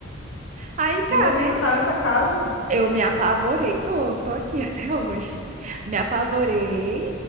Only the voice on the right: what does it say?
Aí tá,
né?
Eu me apavorei. Tô, tô aqui <laughs> até hoje. Me apavorei